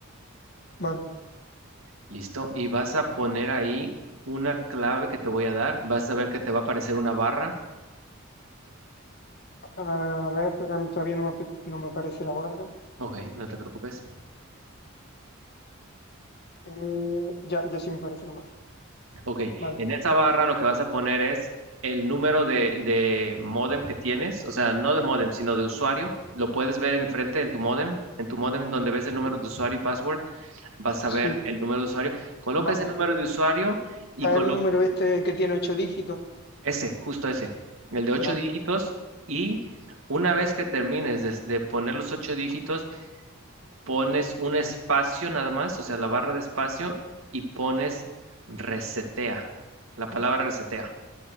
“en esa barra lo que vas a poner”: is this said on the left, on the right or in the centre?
Right